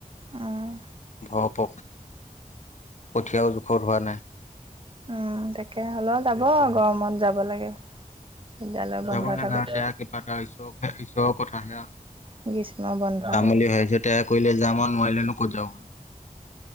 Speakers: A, on the right (about 40°); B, on the left (about 55°).
A: উম।
B: ঘৰৰভক কঠীয়াও জোখৰ হোৱা নাই।
A: উম, তাকে হ'লেও যাব গৰমত যাব লাগে বিদ্যালয় বন্ধ
B: যাব লাগে
A: থাকে।
B: আৰু তেয়া কিবা এটা ঈশ্বৰ ঈশ্বৰৰ কথাহে আৰু
A: গ্ৰীষ্ম বন্ধ্ৰ
B: যাম
A: <inaudible>
B: বুলি ভাবিছো তেয়া কৰিলে যাম আৰু নোৱাৰিলেনো ক'ত যাব পাৰিম